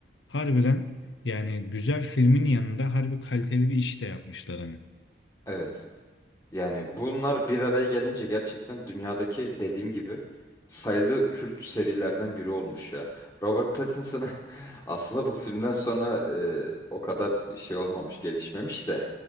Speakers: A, on the left (about 85°); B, on the left (about 20°).
A: Harbiden yani güzel filmin yanında harbi kaliteli bir iş de yapmışlar hani.
B: evet. Yani bunlar bir araya gelince gerçekten dünyadaki dediğim gibi sayılı kült serilerden biri olmuş ya. Robert Pattinson <laughs> aslında bu filmden sonra e, o kadar şey olmamış, gelişmemiş de.